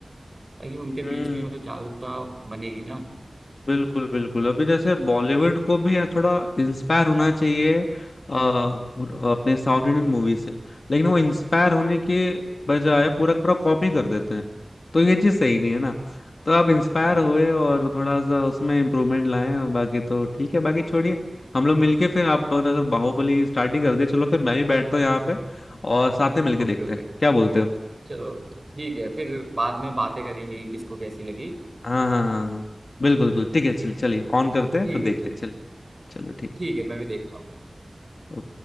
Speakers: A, on the right; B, on the left.
A: ताकि उनके
B: हम्म
A: बीच भी मतलब जागरूकता बनेगी ना
B: बिल्कुल बिल्कुल अभी जैसे बॉलीवुड को भी यार थोड़ा इंस्पायर होना चाहिए अ, अपने साउथ इंडियन मूवी से लेकिन वो इंस्पायर होने के बजाय पूरा का पूरा कॉपी कर देते हैं तो ये चीज सही नहीं है ना तो आप इंस्पायर
A: जी
B: होए और थोड़ा सा उसमें इम्प्रूवमेंट लाएं और बाकी तो ठीक है बाकी छोड़िए हम लोग मिलके फिर आप अगर बाहुबली स्टार्ट ही कर दे चलो फिर मैं भी बैठता हूँ यहाँ पे और साथ में मिलके
A: Okay
B: देखते
A: okay
B: हैं क्या बोलते हो
A: चलो ठीक है फिर बाद में बातें करेंगे कि किसको कैसी लगी
B: हाँ हाँ हाँ हाँ बिल्कुल बिल्कुल ठीक है चल चलिए ऑन करते हैं
A: ठीक
B: फिर देखते
A: है ठीक
B: हैं चलिए चलो ठीक
A: ठीक है मैं भी देखता हूँ
B: है